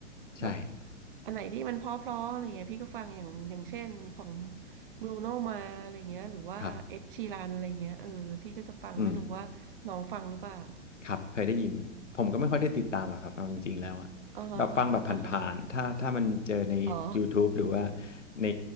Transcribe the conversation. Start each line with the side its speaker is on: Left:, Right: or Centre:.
Left: ใช่
Right: แบบอันไหนที่มันเพราะๆอะไรเงี้ยพี่ก็ฟังอย่างอย่างเช่นของบรูโนมาอะไรเงี้ยหรือว่าเอ็ดชีรันอะไรเงี้ยเออพี่ก็จะฟังไม่รู้ว่าน้องฟังหรือเปล่า
Left: ครับอืมครับเคยได้ยินผมก็ไม่ค่อยได้ติดตามหรอกครับเอาจริงๆแล้วอะแบบฟังแบบผ่านๆถ้าถ้ามันเจอในยูทูบหรือว่า
Right: อ่าฮะอ่าฮะ อ๋อ
Left: ใน